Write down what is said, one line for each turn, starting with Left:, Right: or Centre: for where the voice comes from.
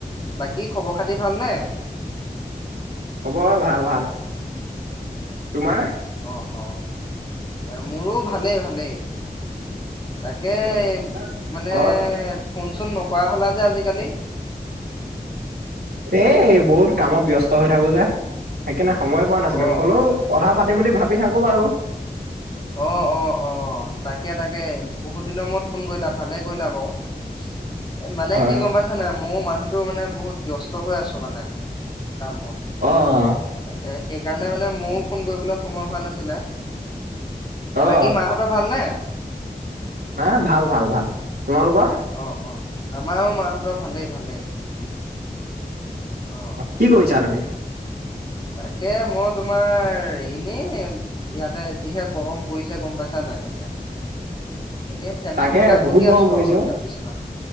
Left: বাকী খবৰ খাতি ভালনে?
Right: খবৰ ভাল ভাল। তোমাৰ?
Left: অ' অ'মোৰো ভালেই ভালেই। তাকে
Right: অ
Left: মানে
Right: ঘৰত
Left: ফোন চোন নকৰা হ'লা যে আজিকালি।
Right: এ' এই বহুত কামত ব্যস্ত হৈ থাকো যে। সেইকাৰণে সময় পোৱা নাছিলো
Left: অ
Right: মোক হলেও
Left: অ
Right: কথা পাতিম বুলি ভাবি থাকোঁ বাৰু।
Left: অ' অ' অ' তাকে তাকে বহুতদিনৰ মূৰত ফোন কৰিলা ভালেই কৰিলা বাৰু। এ' মানে
Right: হয়
Left: কি গম পাইছ নে মও মানুহ, টো মানে বহুত ব্যস্ত হৈ আছো মানে কামত।
Right: অ' অ'।
Left: তাকে সেইকাৰণে মানে ময়ো ফোন কৰিবলে, সময় হোৱা নাছিলে।
Right: অ
Left: বাকী মা হঁতৰ ভালনে?
Right: এ' ভাল ভাল ভাল তোমালোকৰ?
Left: অ'অ' আমাৰো মা হঁতৰ ভালেই ভালেই। অ'
Right: কি কৰিছা তুমি?
Left: তাকে মই তোমাৰ এনেই ইয়াতে যিহে গৰম। পৰিছে গম পাইছা নাই এতিয়া। এনে ফেনখন
Right: তাকে
Left: লগাই
Right: বহুত
Left: বহি
Right: গৰম
Left: আছোঁ
Right: পৰিছে
Left: আৰু এতিয়া
Right: অ
Left: বিচনাতে।